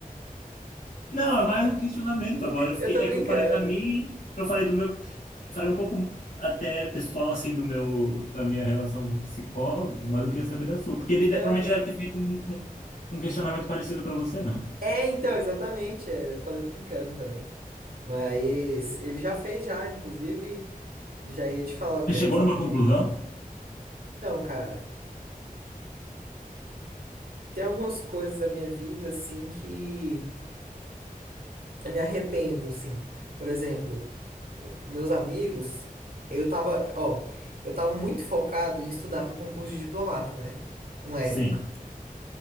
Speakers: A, on the left; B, on the right.
A: Não, é mais um questionamento. Agora eu fiquei,
B: Eu tô
A: é
B: brincando.
A: que eu falei da minha, eu falei do meu, falei um pouco até pessoal assim do meu, da minha relação com o psicólogo, mas eu queria saber da sua, porque ele
B: Não.
A: de- provavelmente deve ter feito um, um, um questionamento parecido para você, né?
B: É, então, exatamente. é, eu falei brincando também. Mas ele já fez já, inclusive, já ia te falar o que
A: Você
B: eu
A: chegou
B: respondi.
A: numa conclusão?
B: Então, cara, tem algumas coisas da minha vida, assim, que eu me arrependo, assim. Por exemplo, meus amigos, eu tava, ó, eu tava muito focado em estudar pro concurso de diplomata, né? Uma
A: Sim,
B: época.